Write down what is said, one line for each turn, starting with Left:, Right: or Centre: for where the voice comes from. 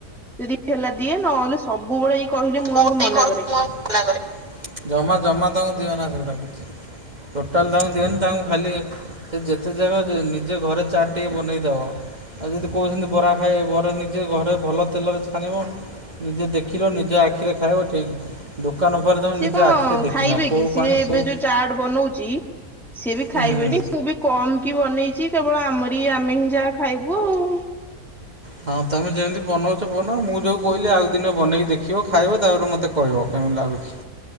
Centre: ଯଦି ହେଲା ଦିଏ, ନହେଲେ ସବୁବେଳେ ଏଇ କହିଲେ ମୁଁ
Right: ମୁଟେ
Centre: ଆଙ୍କୁ ମନା
Right: କର
Centre: କରେ।
Right: ମୁଁ ମନାକରେ ଜମା ଜମା ତାଙ୍କୁ ଦିଅନା ସେଗୁଡ଼ା, ଟୋଟାଲ ତାଙ୍କୁ ଦିଅନି ତାଙ୍କୁ ଖାଲି ସେ ଯେତେ ଜାଗା ନିଜେ ଘରେ ଚାଟ୍ ଟିକେ ବନେଇଦବ, ଆଉ ଯଦି କହୁଛନ୍ତି ବରା ଖାଇବେ ବରା ନିଜେ ଘରେ ଭଲ ତେଲରେ ଛାଣିବ, ନିଜେ ଦେଖିଲ ନିଜେ ଆଖିରେ ଖାଇବ ଠିକ୍। ଦୋକାନ ପରେ ତମେ
Centre: ସିଏ
Right: ନିଜେ
Centre: କଣ
Right: ଆଖିରେ ଦେଖିନ
Centre: ଖାଇବେକି,
Right: କୋଉ
Centre: ସିଏ
Right: ପାଣି
Centre: ଏବେ
Right: କୋଉ
Centre: ଯୋଉ ଚାଟ୍ ବନଉଚି ସିଏ ବି
Right: ହୁଁ।
Centre: ଖାଇବେନି। ମୁଁ ବି କମ୍ କି ବନେଇଛି, କେବଳ ଆମରି ଆମେ ହିଁ ଯାହା ଖାଇବୁ ଆଉ।
Right: ହଁ ତମେ ଯେମିତି ବନଉଛ ବନାଅ। ମୁଁ ଯେଉଁ କହିଲି ଆଉ ଦିନେ ବନେଇକି ଦେଖିବ ଖାଇବ ତାପରେ ମୋତେ କହିବ କେମିତି ଲାଗୁଛି।